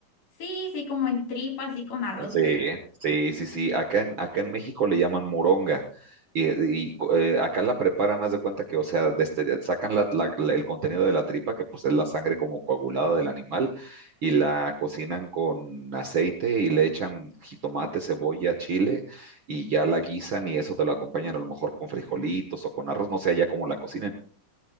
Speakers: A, on the left; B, on the right.
A: Sí, sí, como en tripa, así con arroz
B: Sí, sí, sí, sí. Acá en, acá en México le llaman moronga. Y, y, co- eh, acá la preparan, haz de cuenta que, o sea, desde- sacan la- la- la- el contenido de la tripa, que pues es la sangre como coagulada del animal, y la cocinan con aceite y le echan jitomate, cebolla, chile, y ya la guisan y eso te lo acompañan a lo mejor con frijolitos o con arroz, no sé ya cómo la cocinen.